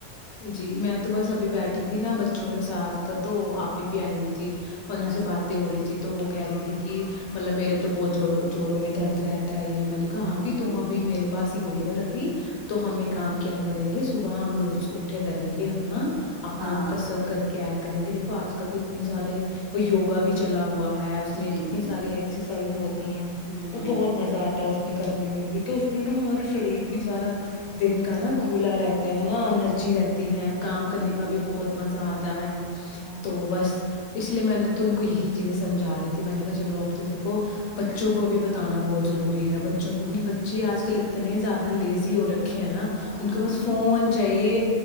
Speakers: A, on the left; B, on the right.
A: جی میں تو بس سبھی بیٹھی تھی نا بچوں کے ساتھ تو آپ ہی بھی آئی ہوئی تھی تھی اور انیں
B: اچھا
A: سے باتیں ہو رہی تھی تو وہ کہہ رہی تھی کہ مطلب میرے تو بہت جوڑ جوڑوں میں درد رہتا یہ میں نے کہا
B: ہوں
A: آپھی
B: ہوں
A: تم ابھی میرے پاس ادھر ابھی تو ہم یہ کام
B: ہ
A: کیا کریں گے صبح ہم روز اٹھے کریں گے اپنا اپنا
B: ہاں
A: مقسرت کر کے آ کریں گے دیکو آج کل تو اتنی زیادہ وہ وگا بھی چلا ہوا
B: جی
A: اس میں کتنی
B: جی
A: ساری ایکسرسائز ہوتی ہیں
B: ہوں
A: وہ
B: ہوں
A: بہت مزہ آتا ہے اس میں کرنے میں بھی تو اس میں نا ہمارا شریر بھی سارا دن کا نا کھلا رہتا ہے نا ن انرجی رہتی
B: ہ ہ
A: ہے کام
B: ہوں
A: کرنے کا بھی بہت مزہ آتا ہے
B: ہ ہاں
A: تو بس اس لیے میں نے تو ان کو یہی چیزیں سمجھا رہی تھی میں نے کہا چلو اب تو دیکھو بچوں کو بھی بتانا بہت ضروری ہے بچوں کو کیونکہ بچے آج کل اتنے زیادہ لیزی ہو رکھے نا
B: ہاں
A: ان
B: ہاں
A: کو بس فون چاہیے